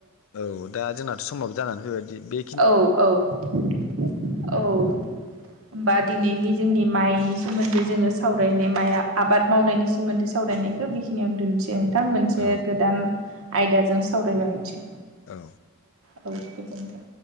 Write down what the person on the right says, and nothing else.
औ औ औ होमबा दि नैनि जोंनि माइनि सोमोन्दै जोङो सावरायनाय माइ आबाद मावनायनि सोमोन्दै सावरायनायखौ बेखिनियावनो दोननोसै ओं। नोंथां मोनसे
गोदान आयदाजों सावरायलायनसै
औ गोजोनथों।